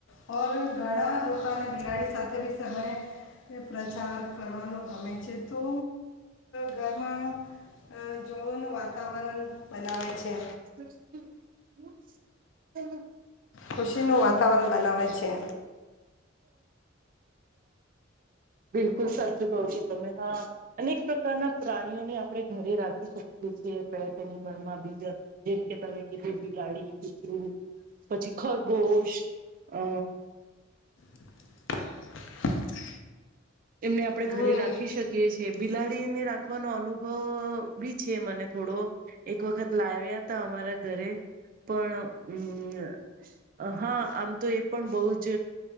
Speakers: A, on the left; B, on the right.
A: ઘણા લોકો બિલાડી સાથે બી સમય પ્રચાર કરવાનું ગમે છે તો ઘરમાં જોવોનું વાતાવરણ બનાવે છે.
B: કૃષ્ણ <inaudible> હમ <inaudible>
A: ખુશીનું વાતાવરણ બનાવે છે.
B: બિલકુલ સાચું કું છો તમમે હા અનેક પ્રકારના પ્રાણીઓને આપણે ઘરે રાખી શકીએ પેટની મમાં બીજા જેમકે તમે કીધ બિલાડી કૂતરું પછી ખરગોશ અ
A: <unintelligible>
B: એમને આપણે
A: હમ.
B: ઘરે રાખી શકીએ છીએ બિલાડીને રાખવાનો અનુભવ બી છે મને થોડો એક વખત લાવ્યા હતા અમારા ઘરે પણ હમ હા આમ તો એ પણ બહુ જ